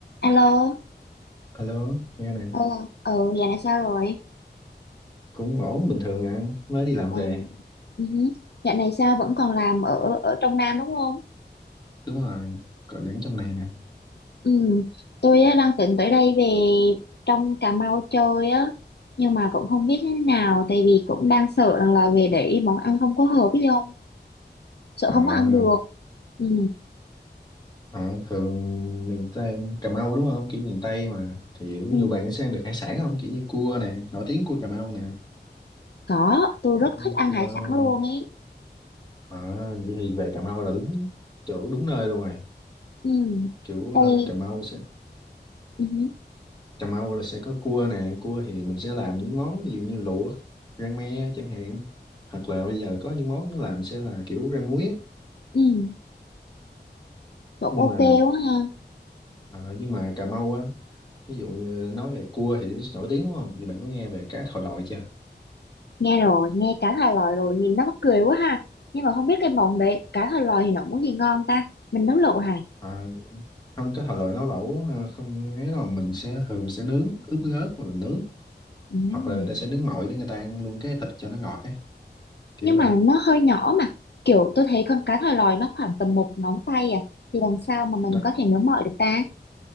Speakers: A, on the left; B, on the left.
A: Alo,
B: Alo, nghe nè,
A: ờ, ừ, dạo này sao rồi?
B: cũng ổn bình thường à, mới đi làm
A: Ờ,
B: về.
A: ừ hứ. Dạo này sao vẫn còn làm ở ở trong Nam đúng không?
B: đúng rồi còn vẫn trong này nè
A: Ừ, tôi á, đang tính tới đây về trong Cà Mau chơi á, nhưng mà cũng không biết như thế nào, tại vì cũng đang sợ rằng là về để món ăn không có hợp với không, sợ
B: À,
A: không có ăn được. Ừ,
B: à thường miền Tây, Cà Mau đúng không? Kiểu miền Tây mà. Thì ví
A: ừ,
B: dụ bạn sẽ ăn được hải sản không? Kiểu như cua nè, nổi tiếng cua Cà Mau nè.
A: có, tôi
B: bạn
A: rất
B: có ăn
A: thích ăn
B: cua
A: hải sản
B: đúng không
A: luôn ấy.
B: À, vậy thì về Cà Mau là đúng chỗ đúng nơi luôn rồi.
A: Ừ,
B: Kiểu
A: đây,
B: à, Cà Mau sẽ
A: ừ, hứ,
B: Cà Mau là sẽ có cua nè, cua thì mình sẽ làm những món ví dụ như luộc, rang me chẳng hạn. Hoặc là bây giờ có những món nó làm sẽ là kiểu rang muối á.
A: ừ, cũng
B: Nhưng
A: ok
B: mà
A: quá ha.
B: Ờ, nhưng mà Cà Mau á, ví dụ như nói về cua thì nổi tiếng đúng không? Vậy bạn có nghe về cá thòi lòi chưa?
A: Nghe rồi, nghe cá thòi lòi rồi, nhìn nó mắc cười quá ha. Nhưng mà không biết cái món đấy, cá thòi lòi thì nó món gì ngon ta? Mình nấu lẩu hả?
B: À, không cá thòi lòi nấu lẩu ờ, không ấy đâu mình sẽ thường sẽ nướng ướp gớt mà mình nướng
A: Ừm.
B: hoặc là người ta sẽ nướng mọi để người ta ăn luôn cái thịt cho nó ngọt ấy kiểu
A: Nhưng
B: vậy
A: mà nó hơi nhỏ mà. Kiểu tôi thấy con cá thòi lòi nó khoảng tầm một ngón tay à. Thì làm sao mà mình
B: đó
A: có thể nấu mọi được ta?